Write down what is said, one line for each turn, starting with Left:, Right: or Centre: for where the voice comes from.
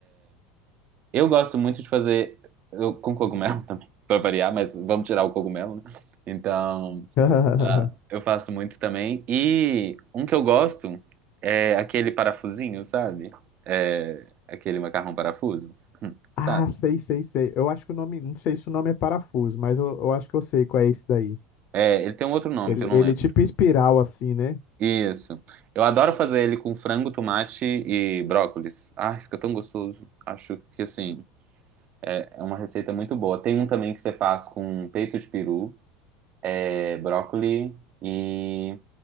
Right: Eu gosto muito de fazer eu, com cogumelo <laughs> também, pra variar, mas vamos tirar o cogumelo, né? Então.
Left: <laughs>
Right: Ah, eu faço muito também. E um que eu gosto é aquele parafusinho, sabe? É aquele macarrão parafuso, Hum,
Left: Ah,
Right: sabe?
Left: sei, sei, sei. Eu acho que o nome, não sei se o nome é parafuso, mas eu, eu acho que eu sei qual é esse daí.
Right: É, ele tem um outro nome
Left: Ele,
Right: que eu não
Left: ele
Right: lembro.
Left: é tipo espiral assim, né?
Right: Isso. Eu adoro fazer ele com frango, tomate e brócolis. Ai, fica tão gostoso. Acho que assim, é uma receita muito boa. Tem um também que você faz com peito de peru, é, brócoli e